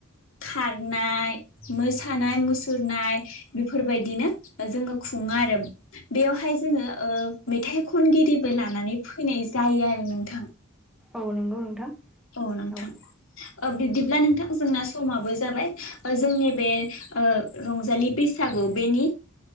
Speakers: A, on the left; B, in the centre.
A: खारनाय मोसानाय, मुसुरनाय बेफोरबायदिनो जोङो खुङो आरो बेवहाय जोङो ओ मेथाइ खनगिरिबो लानानै फैनाय जायो आरो नोंथां ।
B: औ नोंगौ नोंथां
A: अ नोंथां
B: औ
A: बिदिब्ला नोंथां जोंना समाबो जाबाय ओ जोंनि बे ओ रंजालि बैसागु बेनि